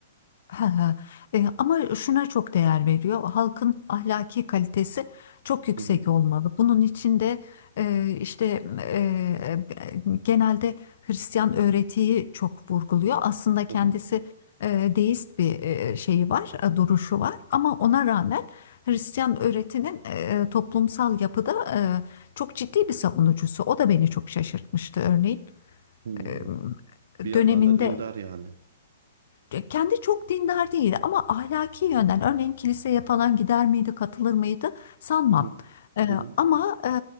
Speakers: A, on the left (about 60°); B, on the right (about 70°).
A: Ha, ha. E, ama şuna çok değer veriyor. Halkın ahlaki kalitesi çok yüksek
B: Hı hı,
A: olmalı. Bunun için de e, işte e, genelde Hristiyan öğretiyi çok vurguluyor. Aslında kendisi
B: hı hı.
A: e, deist bir e, şeyi var, e, duruşu var. Ama ona rağmen Hristiyan öğretinin e, toplumsal yapıda e, çok ciddi bir savunucusu. O da beni çok şaşırtmıştı örneğin.
B: Hmm.
A: E,
B: Bir yandan
A: döneminde
B: da dindar yani.
A: e, kendi çok dindar değil ama ahlaki yönden örneğin kiliseye falan gider miydi, katılır mıydı sanmam.
B: Hı hı,
A: Ee,
B: hı hı,
A: ama e,